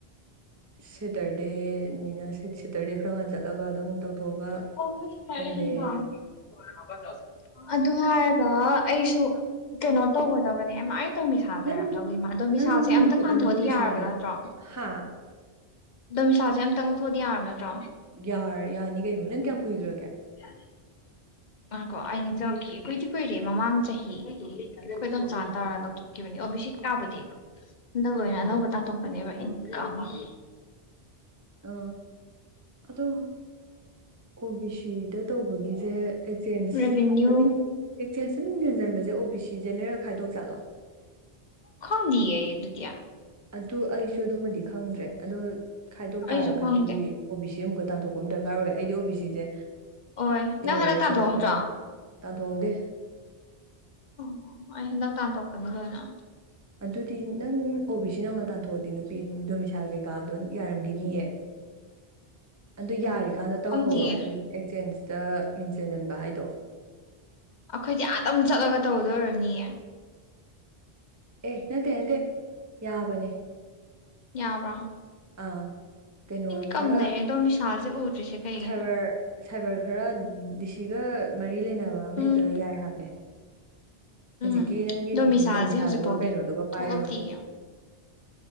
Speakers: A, on the right; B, on the left.
A: ꯁꯦꯇꯔꯗꯦꯅꯤꯅ ꯁꯦꯇꯔꯗꯦ ꯈꯔ ꯉꯥꯟ ꯆꯠꯂꯒ ꯑꯗꯨꯝ ꯇꯧꯊꯣꯛꯑꯒ
B: <unintelligible>
A: ꯁꯟꯗꯦ
B: ꯑꯗꯨ ꯍꯥꯏꯔꯒ ꯑꯩꯁꯨ ꯀꯩꯅꯣ ꯇꯧꯒꯗꯕꯅꯦ ꯑꯗꯨꯃꯥꯏꯅ <unintelligible>
A: ꯅꯪ
B: ꯂꯩꯔꯝꯗꯣꯏꯗꯤ ꯃꯟ ꯑꯗꯣ
A: ꯅꯪ
B: ꯃꯤꯁꯥꯜꯁꯦ ꯑꯝꯇꯪ ꯉꯟꯊꯣꯛꯑꯗꯤ
A: ꯅꯨꯃꯤꯠꯁꯥꯏꯜ
B: ꯌꯥꯔꯕ ꯅꯠꯇ꯭ꯔꯣ
A: ꯍꯥ
B: ꯗꯣꯃꯤꯁꯥꯁꯦ ꯑꯝꯇꯪ ꯂꯧꯊꯣꯛꯑꯗꯤ ꯌꯥꯔꯕ ꯅꯠꯇ꯭ꯔꯣ
A: ꯌꯥꯔ ꯌꯥꯅꯤ ꯀꯩꯅꯣ ꯅꯪ ꯀꯌꯥꯝ ꯀꯨꯏꯈ꯭ꯔꯒꯦ
B: <unintelligible> ꯃꯥꯀꯣ ꯆꯛ ꯀꯨꯏꯗꯤ ꯀꯨꯏꯔꯦ ꯃꯃꯥꯡ ꯆꯍꯤ ꯀꯗꯧ ꯆꯥ ꯇꯔꯒ ꯂꯧꯊꯣꯛ ꯈꯤꯕꯅꯤ ꯑꯣ ꯕꯤꯁꯤꯛ ꯀꯥꯕꯨꯗꯤ ꯍꯟꯗꯛ ꯂꯣꯏꯅ
A: ꯑꯣ
B: ꯑꯅꯧꯕ ꯇꯥꯟꯊꯣꯛꯄꯅꯦꯕ ꯏ <unintelligible>
A: ꯑ ꯑꯗꯣ ꯑꯣ ꯕꯤ ꯁꯤꯗ ꯇꯧꯕꯒꯤꯁꯦ ꯑꯦꯛꯆꯦꯟꯁ
B: ꯔꯦꯚꯤꯅ꯭ꯌꯨ
A: ꯆꯅꯤꯡ ꯑꯦꯛꯆꯦꯟꯁꯇ ꯃꯤꯡ ꯆꯟꯖꯟꯕꯁꯦ ꯑꯣ ꯕꯤ ꯁꯤ ꯖꯦꯅꯔꯦꯜ ꯈꯥꯏꯗꯣꯛ ꯆꯠꯂꯣ
B: ꯈꯪꯗꯤꯌꯦ ꯑꯗꯨꯗꯤꯌꯥ
A: ꯑꯗꯨ ꯑꯩꯁꯨ ꯑꯗꯨꯃꯗꯤ ꯈꯪꯗ꯭ꯔꯦ ꯑꯗꯣ ꯈꯥꯏꯗꯣꯛ
B: ꯑꯩꯁꯨ
A: ꯇꯥꯔꯒꯗꯤ
B: ꯈꯪꯗꯦ
A: ꯑꯣ ꯕꯤ ꯁꯤ ꯑꯃꯨꯛꯀ ꯇꯥꯟꯊꯣꯛꯄ ꯑꯃ ꯗꯔꯀꯥꯔ ꯑꯣꯏꯌꯦ ꯑꯩꯗꯤ ꯑꯣ ꯕꯤ ꯁꯤꯁꯦ
B: ꯑꯣꯏ ꯅꯪ
A: ꯌꯥꯎꯔꯔꯣꯏꯁꯤꯔꯥ
B: ꯍꯟꯗꯛ ꯇꯥꯟꯊꯣꯛꯍꯧꯗ꯭ꯔꯣ
A: ꯈꯜꯂꯝꯕ ꯇꯥꯟꯗꯣꯛꯍꯧꯗꯦ
B: ꯑꯣ ꯑꯩ ꯍꯟꯗꯛ ꯇꯥꯟꯊꯣꯛꯄꯅꯤ ꯂꯣꯏꯅ
A: ꯑꯗꯨꯗꯤ ꯅꯪ ꯑꯣ ꯕꯤ ꯁꯤ ꯅꯧꯅ ꯇꯥꯟꯊꯣꯛꯑꯗꯤ ꯅꯨꯄꯤ ꯗꯣꯃꯤꯁꯥꯏꯜ ꯀꯩꯀꯥꯗꯣ ꯌꯥꯔꯝꯈꯤꯅꯤꯌꯦ
B: <inaudible>
A: ꯑꯗꯨ ꯌꯥꯔꯤꯀꯥꯟꯗ ꯇꯧꯍꯧꯔꯣ
B: ꯈꯪꯗꯤꯌꯦ
A: ꯑꯦꯛꯆꯦꯟꯁꯇ ꯃꯤꯡ ꯆꯟꯖꯟꯕ ꯍꯥꯏꯗꯣ
B: ꯑꯩꯈꯣꯏꯗꯤ ꯑꯥꯗ ꯑꯃꯨꯛ ꯆꯠꯂꯒ ꯇꯧꯔꯨꯗꯣꯏ ꯑꯣꯏꯔꯝꯅꯤꯌꯦ
A: ꯑꯦ ꯅꯠꯇꯦ ꯅꯠꯇꯦ ꯌꯥꯕꯅꯦ
B: ꯌꯥꯕ꯭ꯔꯥ
A: ꯑꯥ ꯀꯩꯅꯣ
B: ꯏꯟꯀꯝ
A: ꯈꯔ
B: ꯂꯩꯏ ꯗꯣꯃꯤꯁꯥꯏꯜꯁꯦ ꯎꯗ꯭ꯔꯤꯁꯦ ꯀꯩꯒꯤꯅꯣ
A: ꯁꯥꯏꯕꯔ ꯁꯥꯏꯕꯔ ꯈꯔ ꯗꯤꯁꯤꯒ ꯃꯔꯤ ꯂꯩꯅꯕ ꯑꯃ
B: ꯎꯝ
A: ꯍꯦꯛꯇꯗ ꯌꯥꯏ ꯍꯥꯏꯕꯅꯦ ꯍꯧꯖꯤꯛꯀꯤ
B: ꯎꯝ
A: ꯅꯪꯒꯤ
B: ꯗꯣꯃꯤꯁꯥꯏꯜꯁꯦ
A: ꯗꯣꯃꯤꯁꯥꯏꯜꯗꯨꯒ
B: ꯍꯧꯖꯤꯛ ꯐꯥꯎꯗꯤ
A: ꯀꯩꯅꯣꯗꯨꯒ
B: ꯊꯣꯛꯂꯛꯇꯤꯌꯦ
A: ꯄꯥꯏꯔꯒ